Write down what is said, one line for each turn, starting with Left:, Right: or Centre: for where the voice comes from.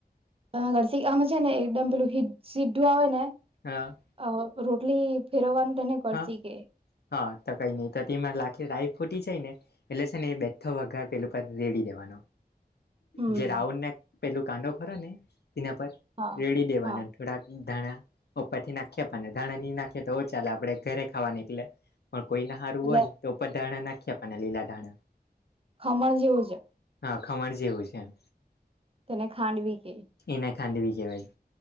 Right: <unintelligible> અમે છે ને એકદમ પેલું સીધું આવે ને
Left: હા.
Right: અ રોટલી ફેરવવાનું તેને કડશી
Left: હા
Right: કે.
Left: હા તો કઈ નહીં તો તેમાં લાખી રાઈ ફૂટી જાય ને? એટલે છે ને એ બેથો વગાર પેલું રેડી દેવાનો.
Right: હમ
Left: જે રાઉડ ના પેલું કાંદો ખરો ને તેના પર
Right: હા
Left: રેડી દેવાનો.
Right: હા
Left: થોડાક ધાણા ઉપર થી નાખી પણ ને ધાણા નહી નાખીએ તો ચાલે આપણેે ઘરે ખાવાની એટલે પણ કોઈ ના સારું
Right: એટલે
Left: હોય તો ઉપર ધાણા નાખી આપને લીલા ધાણા.
Right: ખમણ જેવું જ.
Left: હા ખમણ જેવું જ એમ.
Right: તેને ખાંડવી કે.
Left: એને ખાંડવી કેહેવાય.